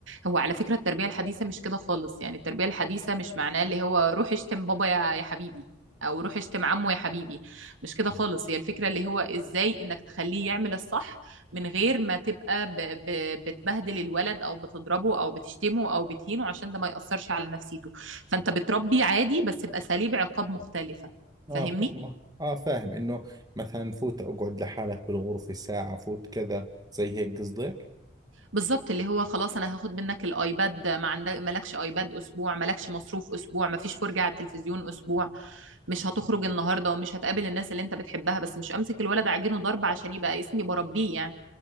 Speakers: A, on the right; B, on the right.
A: هو على فكرة التربية الحديثة مش كده خالص يعني التربية الحديثة مش معناه اللي هو روح اشتم بابا يا يا حبيبي أو روح اشتم عمو يا حبيبي مش كده خالص هي الفكرة اللي هو إزاي إنك تخليه يعمل الصح من غير ما تبقى ب... ب... بتبهدل الولد او بتضربه او بتشتمه او بتهينه عشان ده ما يأثرش على نفسيته فانت بتربي عادي بس بأساليب عقاب مختلفة
B: اه
A: فاهمني
B: فاهم اه فاهم انه مثلا فوت اقعد لحالك بالغرفة ساعة فوت كذا زي هيك قصدك
A: بالظبط اللي هو خلاص انا هاخد منك الايباد ما عندك مالكش ايباد اسبوع مالكش مصروف اسبوع ما فيش فرجة على التلفزيون اسبوع مش هتخرج النهارده ومش هتقابل الناس اللي انت بتحبها بس مش امسك الولد اعجنه ضرب عشان يبقى اسمي بربيه يعني